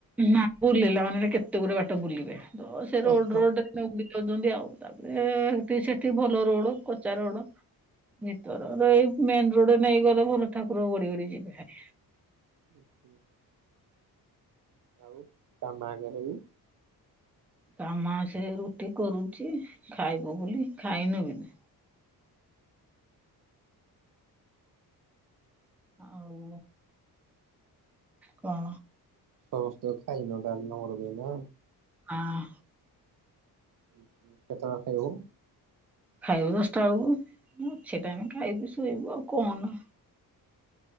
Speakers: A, in the centre; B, on the right.
A: ନା ବୁଲିଲା ମାନେ ଏ କେତେ ଗୁଡେ ବାଟ ବୁଲିବେ। ତ ସେ ରୋଡ
B: ଓହୋ।
A: ରୋଡ ରେ ନେଉ ଛନ୍ତି ଆଉ। ତାପରେ ହେଟି ସେଠି ଭଲ ରୋଡ, କଚା ରୋଡ ଭିତରର ଏଇ ମେନ ରୋଡରେ ନେଇଗଲେ, ଭଲ ଠାକୁର ଗଡି ଗଡି ଯିବେ।
B: <inaudible> ଆଉ ତା ମା ଯାଇନି?
A: ତା ମା ସେ ରୁଟି କରୁଛି। ଖାଇବ ବୋଲି। ଖାଇନ ବିିନି ଆଉ କଣ?
B: ସମସ୍ତେ ଖାଇନ, ତାଲ ନମର ଦେଇନା
A: ହଁ।
B: କେତେବେଳେ ଖାଇବୁ?
A: ଖାଇବୁ ଦଶଟା ବେଳକୁ। ଅଛି ଟାଇମ୍ ଖାଇକି ଶୋଇବୁ ଆଉ। କଣ?